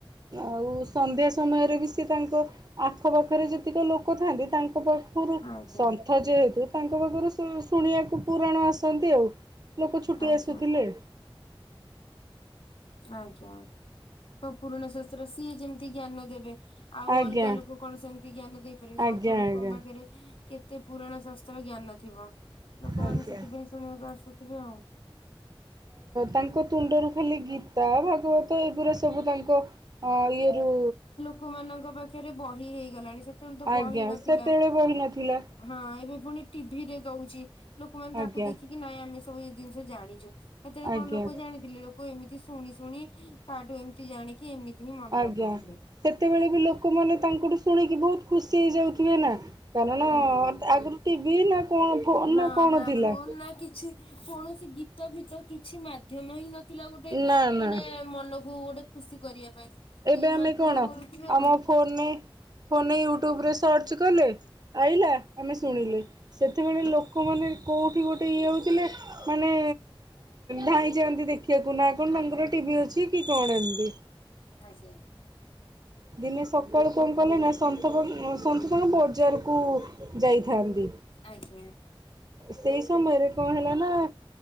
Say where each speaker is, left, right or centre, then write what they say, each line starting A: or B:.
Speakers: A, on the right; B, on the left.
A: ଆଉ ସନ୍ଧ୍ୟା ସମୟରେ ବି ସେ ତାଙ୍କ ଆଖପାଖରେ ଯେତିକି ଲୋକ ଥାଆନ୍ତି ତାଙ୍କ ରୁ
B: ଆଜ୍ଞା
A: ସନ୍ଥ ଯେହେତୁ ତାଙ୍କ ପାଖରୁ ଶୁଣିବାକୁ ପୁରାଣ ଆସ ଆସନ୍ତି ଆଉ ଲୋକ ଛୁଟି
B: ଆଜ୍ଞା
A: ଆସୁଥିଲେ।
B: ଆଜ୍ଞା ପୁରୁଣା ଶାସ୍ତ୍ର ସିଏ ଯେମିତି ଜ୍ଞାନ ଦେବେ ଆଉ
A: ଆଜ୍ଞା
B: ଅଲଗା ଲୋକ। କଣ ସେମିତି ଜ୍ଞାନ ଦେଇପାରିବି
A: ଆଜ୍ଞା
B: ସନ୍ଥ ଲୋକଙ୍କ
A: ଆଜ୍ଞା।
B: ପାଖରେ କେତେ ପୁରାଣା ଶାସ୍ତ୍ର ଜ୍ଞାନ ଥିବ। ଲୋକମାନେ
A: ଆଜ୍ଞା।
B: ସେଥିପାଇଁ ଶୁଣିବାକୁ ଆସୁଥିବେ ଆଉ।
A: ତାଙ୍କ ତୁଣ୍ଡରୁ ଖାଲି ଗୀତା ଭାଗବତ ଏଗୁରା ସ ସବୁ ତାଙ୍କ ଇଏରୁ
B: ଲୋକ ମାନଙ୍କ ପାଖରେ ବହି ହେଇଗଲାଣି ସେତେବେଳେ ତ
A: ଆଜ୍ଞା
B: ବହି ନଥିଲା।
A: ସେତେବେଳେ ବହି ନଥିଲା
B: ହଁ ଏବେ ପୁଣି ଟିଭିରେ ଦଉଛି ଲୋକମାନେ ତାକୁ
A: ଆଜ୍ଞା
B: ଦେଖିକି କି ନାଇଁ ଆମେ ସବୁ ଜିନିଷ ଜାଣିଛୁ ସେତରେଳେ
A: ଆଜ୍ଞା
B: କଣ ଲୋକ ଜାଣିଥିଲେ। ଏମିତି ଶୁଣି ଶୁଣି କାଠୁ ଏମିତି ଜାଣିକି ଏମିତି ହିଁ ମନେ
A: ଆଜ୍ଞା
B: ରଖୁଥିଲେ
A: ସେତେବେଳେ ବି ଲୋକମାନେ ତାଙ୍କଠୁ ଶୁଣିକି ବହୁତ ଖୁସି ହେଇଯାଉଥିବେ ନା। କାରଣ
B: ହୁଁ
A: ଆଗୁରୁ ଟିଭି ନା କଣ ଫୋନ
B: ହଁ
A: ନା କଣ ଥିଲା।
B: ଫୋନ ନା କିଛି କୌଣସି ଗୀତ ଭିତ କିଛି ମାଧ୍ୟମ ହିଁ ନଥିଲା ଗୋଟେ
A: ନା ନା।
B: ମାନେ ମନକୁ ଗୋଟେ ଖୁସି କରିବା ପାଇଁ। ସେଇ
A: ଏବେ ଆମେ
B: ମାଧ୍ୟମ
A: କଣ
B: କରୁଥିବେ
A: ଆମ
B: ଆଉ।
A: ଫୋନ ଫୋନ ୟୁଟ୍ୟୁବରେ ସର୍ଚ୍ଚ କଲେ। ଆଇଲା ଆମେ ଶୁଣିଲେ ସେତେବେଳେ ଲୋକମାନେ କୋଉଠି ଗୋଟେ ଇଏ ହଉଥିଲେ। ମାନେ ଧାଇଁ ଯାଆନ୍ତି ଦେଖିବାକୁ ନା କଣ ତାଙ୍କର ଟିଭି ଅଛି କି କଣ ଏମିତି।
B: ଆଜ୍ଞା।
A: ଦିନେ ସକାଳୁ କଣ କଲେ ନା ସନ୍ଥ ସନ୍ଥ ତାଙ୍କ ବଜାରକୁ। ଯାଇଥାନ୍ତି।
B: ଆଜ୍ଞା
A: ସେଇ ସମୟରେ କଣ ହେଲା ନା